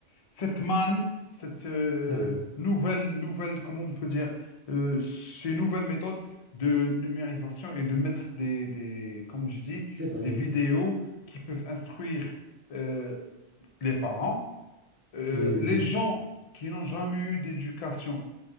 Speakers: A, on the left; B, on the right.
A: cette manne, cette euh,
B: C'est vrai,
A: nouvelle nouvelle comment on peut dire euh, ces nouvelles méthodes de numérisation et de mettre des, des comme j'ai dit
B: c'est vrai.
A: des vidéos qui peuvent instruire euh, les parents, euh,
B: Oui, oui.
A: les
B: oui.
A: gens qui n'ont jamais eu d'éducation